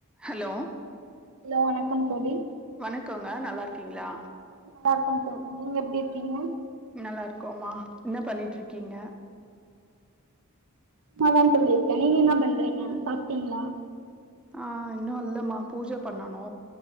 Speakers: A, in the centre; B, on the right.
A: Hello
B: லோ வணக்கம் தோழி
A: வணக்கோங்க நல்லார்க்கீங்ளா
B: நல்லாருக்கும் சார் நீங்க எப்டி இருக்கீங்க
A: நல்லா இருக்கோமா என்ன பண்ணிட் இருக்கீங்க
B: சும்மாதா தோழி இருக்கே நீங்க என்ன பண்றீங்க சாப்டீங்ளா
A: ஆ இன்னும் இல்லமா பூஜ பண்ணனு